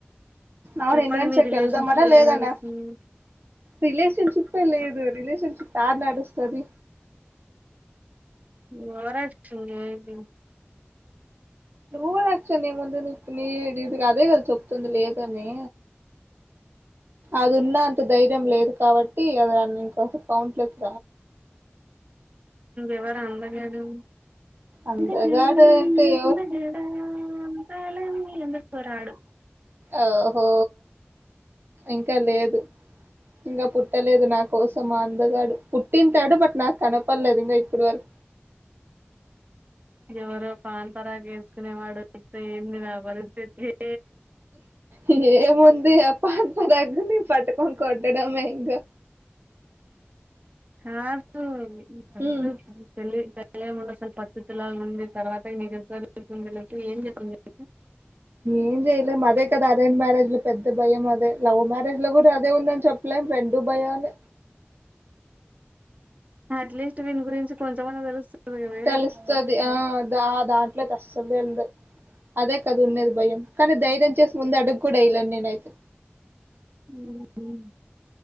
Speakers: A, on the right; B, on the right.
A: అవును
B: చెప్పండి
A: ఎన్వంషాకెల్దామనా
B: మీ రిలేషన్షిప్ ఎట్లా
A: లేదనా
B: నడుస్తుంది
A: రిలేషన్షిప్ ఏ లేదు రిలేషన్షిప్ తార్ నడుస్తది
B: ఓవర్ యాక్షన్ చెయకు
A: ఓవర్ యాక్షన్ ఏం ముందు నీ నీ ఇది నిక్ అదే కదా చెప్తుంది లేదని అది ఉన్న అంత ధైర్యం లేదు కాబట్టి అది ఇంక కౌంట్లెస్
B: ఎవరు ఆ అందగాడు
A: అందగాడు
B: అందగాడ అందగాడ
A: అంటే ఎవరు
B: అందాలన్నీ అందు కోరా ఆడు
A: ఓహో ఇంకా లేదు ఇంకా పుట్టలేదు నా కోసం మా అందగాడు పుట్టింటాడు బట్ నాక్ కనపడలేదు ఇంకా ఇప్పుడు వరకు
B: ఎవరో పాన్ పారక్ వేసుకునే వాడు వస్తె ఏంది నా పరిస్తితి స్థితి
A: ఏ ముంది ఆ పాన్ పారక్ ని పట్టుకొని కొట్టడంమే ఇంకా
B: కాదు ఫస్ట్
A: ఉమ్
B: పెళ్లయ్యే ముందు పత్తితి లాగా ఉండి తర్వాత నిజ స్వరూపం తెలిస్తే ఏం చేస్తాం చెప్పు
A: ఏం చేయలేం అదే కదా అరేంజ్ మ్యారేజ్ లో పెద్ద భయం అదే లవ్ మ్యారేజ్ లో కూడా అదే ఉందని చెప్పలేం రెండు భయాలే
B: అట్లీస్ట్ వీని గురించి కొంచెమన్నా తెలుస్తుంది కదా
A: తెలుస్తది ఆ ఆ దనీ దీంట్లో అసలు తేలదు అదే కద ఉండేది భయం కానీ ధైర్యం చేసి ముందు అడుగు కూడా వెయలేను నేనైతే
B: మ్మ్